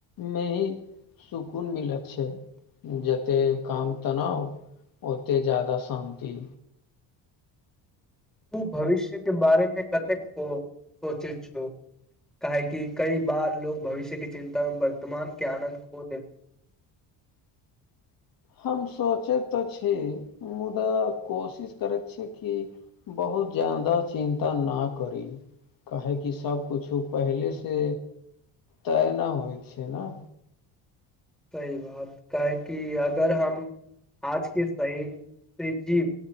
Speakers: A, on the left; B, in the centre.
A: मे ही सुकून मिलैत छै जते कम तनाव ओते ज्यादा शान्ति
B: तू भविष्य के बारेमे कतेको सोचै छो काहे कि कई बार लोग भविष्यके चिन्ता में वर्तमान के आनन्द खो देल
A: हम सोचैत तऽ छी मुदा कोशिश करैत छी कि बहुत ज्यादा चिन्ता ना करी काहे कि सबकुछु पहिले से तय ना होइ छै नऽ
B: सही बात काहे कि अगर हम आजके सही से जीव